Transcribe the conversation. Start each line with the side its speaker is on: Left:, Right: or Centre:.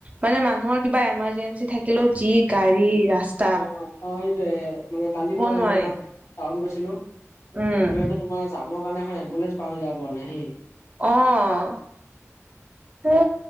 Right: মানে মানুহৰ কিবা এমাৰ্জেঞ্চি থাকিলেও যি গাড়ী ৰাস্তা।
Left: অঁ অ' সেইটোয়ে মানে কালি মই এনেকে
Right: নোৱাৰি
Left: তোমাৰ টাউন গৈছিলো
Right: উম
Left: ঘূৰি আহোঁতে তোমাৰ যামৰ কাৰণে এখন এম্বুলেন্ঞ্চ পৰা হৈ যাব পৰা নাই সেই
Right: অঁহহ'। এ